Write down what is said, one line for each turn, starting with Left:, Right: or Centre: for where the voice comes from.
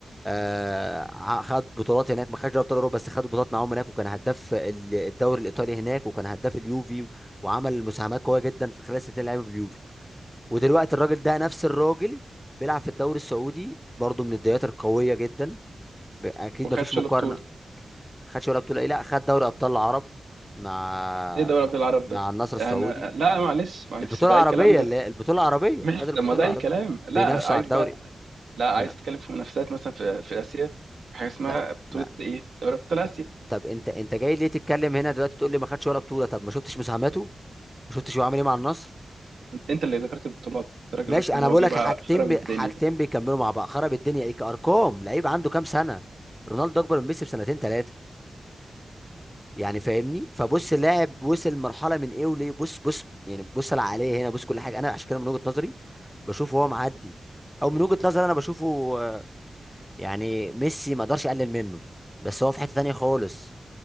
Centre: آه ع- خد بطولات هناك ما خدش دوري ابطال اوروبا بس خد بطولات معاهم هناك وكان هداف ال- الدوري الايطالي هناك وكان هداف اليوفي وعمل مساهمات قويه جدا في خلال سنتين لعيبه باليوفي ودلوقتي الراجل ده نفس الراجل بيلعب في الدوري السعودي برضه من الدوريات القويه جدا ب- اكيد
Right: وخدش
Centre: مفيش مقارنه
Right: ولا بطولة
Centre: خدش ولا بطوله ايه لا خد دوري ابطال العرب مع
Right: إيه دوري
Centre: مع
Right: أبطال العرب
Centre: مع
Right: ده؟
Centre: النصر السعودي
Right: أنا لا معلش معلش
Centre: البطوله
Right: ده
Centre: العربيه
Right: أي كلام ده
Centre: اللي هي البطوله العربيه
Right: ماشي
Centre: خد البطوله
Right: طب ما ده أي
Centre: العربيه
Right: كلام لا
Centre: بينافسوا
Right: عايز
Centre: على الدوري
Right: بقى لا عايز
Centre: انا
Right: تتكلم في منافسات مثلا في في آسيا في حاجة اسمها
Centre: طب
Right: بطولة
Centre: ما
Right: إيه؟ دوري أبطال آسيا
Centre: طب انت انت جاي ليه تتكلم هنا دلوقتي تقول لي ما خدش ولا بطوله طب ما شفتش مساهماته ما شفتش هو عامل ايه مع النصر
Right: انت اللي ذكرت البطولات انت راجل
Centre: ماشي
Right: قلت
Centre: انا
Right: ان هو
Centre: بقول
Right: جه
Centre: لك
Right: بقى
Centre: حاجتين
Right: خرب
Centre: بي...
Right: الدنيا
Centre: حاجتين بيكملوا مع بعض خرب الدنيا ايه كارقام لعيب عنده كام سنه رونالدو اكبر من ميسي بسنتين ثلاثه يعني فاهمني فبص اللاعب وصل مرحله من ايه وليه بص بص يعني بص العقليه هنا بص كل حاجه انا عشان كده من وجهه نظري بشوفه هو معدي او من وجهه نظري انا بشوفه آه، يعني ميسي ما اقدرش اقلل منه بس هو في حته تانية خالص